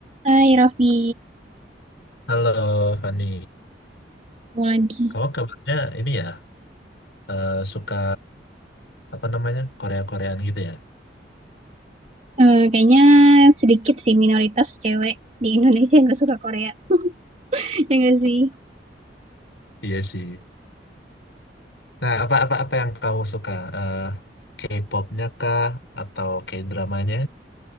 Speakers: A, on the right; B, on the left.
A: Hai Raffi,
B: Halo Fani,
A: mau lagi.
B: kamu kabarnya ini ya eh, suka apa namanya Korea-Koreaan gitu ya?
A: Eh, kayaknya sedikit sih minoritas cewek di Indonesia yang gak suka Korea. <laughs> Ya gak sih?
B: Iya sih. Nah apa apa apa yang kamu suka Eh, K-popnya kah atau K-dramanya?